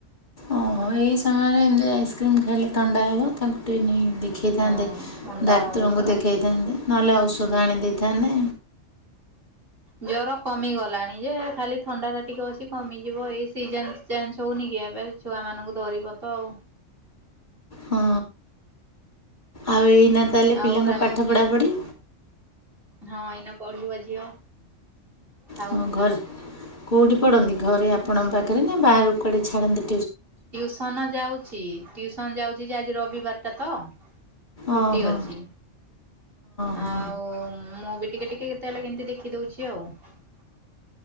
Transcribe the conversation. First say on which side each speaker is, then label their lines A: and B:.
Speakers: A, on the left; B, on the right.
A: ଓହୋ ଏଇ ସମୟରେ ଏମିତି ଆଇସ୍କ୍ରିମ ଖାଇଲେ ଥଣ୍ଡା ହେବ। ତାଙ୍କୁ ଟିକେ ନେଇ ଦେଖେଇଥାନ୍ତେ
B: ହଁ ଥଣ୍ଡା
A: ଡାକ୍ତରଙ୍କୁ
B: ହବ ପରା।
A: ଦେଖେଇଥାନ୍ତେ ନହେଲେ ଔଷଧ ଆଣି ଦେଇେଇଥାନ୍ତେ।
B: ଜର କମିଗଲାଣି ଯେ ଖାଲି ଥଣ୍ଡା ଟା ଟିକେ ଅଛି କମିଯିବ ଏଇ ସିଜନ ଚେଞ୍ଚ ହଉନି କି? ଏବେ ଛୁଆ ମାନଙ୍କୁ ଧରିବ ତ ଆଉ।
A: ହଁ ଆଉ ଏଇ ନା ତାହେଲେ
B: ଆଉ
A: ପିଲାଙ୍କ
B: ରା
A: ପାଠ ପଢ଼ାପୁଢ଼ି
B: ହଁ ଏଇନା ପଢିବ ଝିଅ। ଖାଉଥିଲା।
A: ହଁ ଘର୍ କୋଉଠି ପଢନ୍ତି ଘରେ ଆପଣଙ୍କ ପା କରେନା ବାହାରୁକୁ କୁଆଡେ ଛାଡ଼ନ୍ତିନି?
B: ଟିଉସନ ଯାଉଚି ଟିଉସନ ଯାଉଚି ଯେ ଆଜି ରବିବାର ଟା ତ ଛୁଟି
A: ଓହୋ ହଁ
B: ଅଛି
A: ହଁ
B: ଆଉ ମୁଁ ବି ଟିକେ ଟିକେ କେତେବେଳେ କେମତି ଦେଖି ଦଉଛି। <unintelligible>